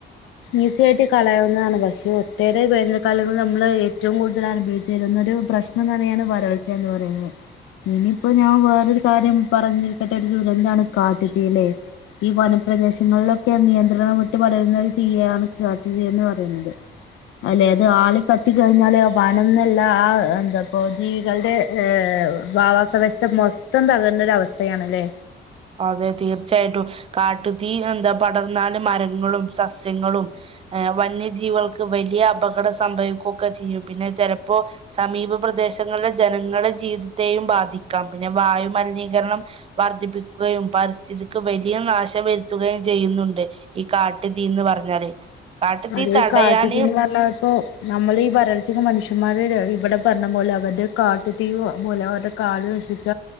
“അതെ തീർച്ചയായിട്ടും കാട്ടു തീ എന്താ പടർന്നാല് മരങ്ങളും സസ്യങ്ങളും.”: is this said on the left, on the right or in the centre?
Right